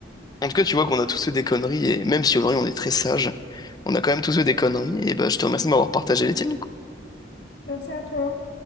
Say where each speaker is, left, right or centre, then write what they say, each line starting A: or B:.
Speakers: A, on the left (about 20°); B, on the left (about 60°).
A: en tout cas, tu vois qu'on a tous fait des conneries et même si aujourd'hui on est très sage, on a quand même tous fait des conneries. Et bah, je te remercie de m'avoir partagé les tiennes.
B: Merci à toi.